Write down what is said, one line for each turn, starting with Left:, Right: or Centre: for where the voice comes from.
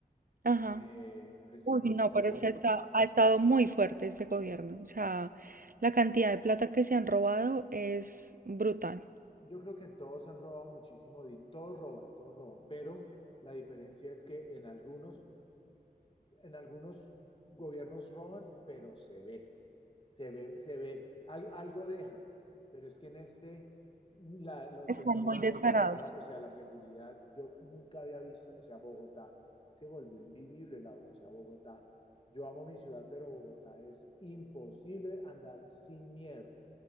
Right: Ajá.
Left: eh, precisamente
Right: Uy, no,
Left: porque
Right: pero
Left: la
Right: es
Left: gente,
Right: que ha estado, ha estado muy fuerte este gobierno. O sea, la cantidad de plata que se han robado es brutal.
Left: yo creo que en todos han robado muchísimo, din- todos roban, todos roban, pero la diferencia es que en algunos, en algunos gobiernos roban, pero se ve, se ve, se ve, al- algo dejan, pero es que en este, la- lo
Right: Están
Left: que nos echamos
Right: muy descarados.
Left: para atrás, o sea, la seguridad, yo nunca había visto, o sea, Bogotá se volvió invivible, Laura, o sea, Bogotá, yo amo mi ciudad, pero Bogotá es imposible andar sin miedo.